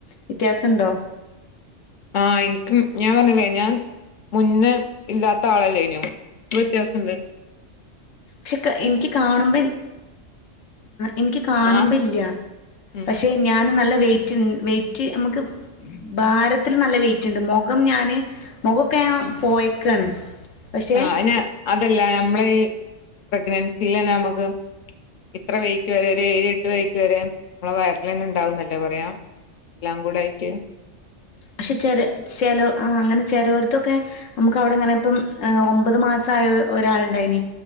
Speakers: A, on the left; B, on the left.
A: വ്യത്യാസണ്ടോ
B: അഎനിക്ക് ഞാ പറഞ്ഞിലെ ഞാൻ മുന്നെ ഇല്ലാത്താളല്ലായിരുന്നോ ഇപ്പവ്യത്യാസ ണ്ട്
A: ക്ഷേ എനിക്ക് കാണുമ്പൻ എനിക്ക് കാണുമ്പല്യ
B: ആഹ് ഉം
A: പക്ഷേ ഞാൻ നല്ല വൈറ്റ്ൻ വൈറ്റ് നമക്ക് ഭാരത്തിന് നല്ല വൈറ്റ് ണ്ട് മുഖം ഞാന് മുഖോക്കെ ഞാൻ
B: ഉം
A: പോയ്ക്കയാണ് പക്ഷേ
B: ആഹ് അയിന് അതല്ല നമ്മളെ ഈ പ്രഗ്നൻസീല് നമ്മക്ക് എത്ര വൈറ്റ് വരെ ഏഴ് എട്ട് വൈറ്റ് വരെ നമ്മളെ വയറിനെന്നെ ഉണ്ടാവുന്നെല്ലെ പറിയ എല്ലാ കൂടെയിറ്റ്
A: അ അങ്ങനെ ചെലോരതൊക്കെ നമ്മുക്ക് അവിടെ തു ഒമ്പത് മാസായ ഒരാളുണ്ടായിരുന്നു